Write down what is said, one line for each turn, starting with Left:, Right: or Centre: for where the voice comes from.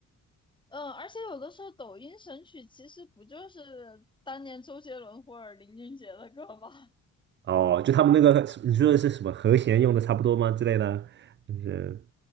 Left: 嗯，而且有的时候抖音神曲其实不就是当年周杰伦或者林俊杰的歌吗？
Right: 哦，就他们那个，你说的是什么和弦用的差不多吗之类的？就是